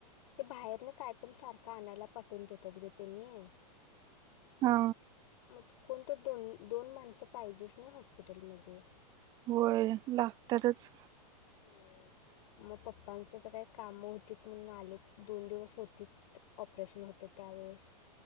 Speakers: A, on the left (about 55°); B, on the right (about 20°).
A: ते बाहेर ना काय पण सारखं आणायला पाठवून देतात ग त्यांनी
B: हा
A: मग कोणत दोन दोन माणसं पाहिजेस ना हॉस्पिटलमध्ये
B: होय लागतातच.
A: होय. मग पप्पांच तर काही काम होती म्हणून आलेत दोन दिवस होती. ऑपरेशन होतं त्यावेळेस.